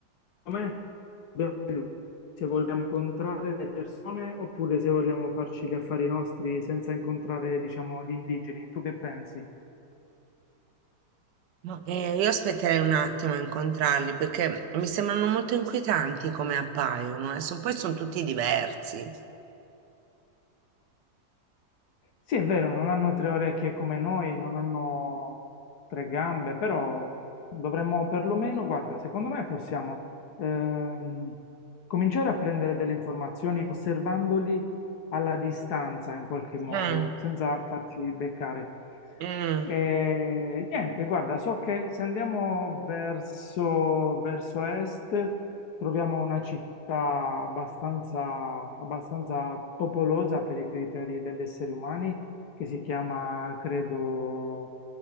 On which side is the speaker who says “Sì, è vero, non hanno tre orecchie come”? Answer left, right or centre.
Left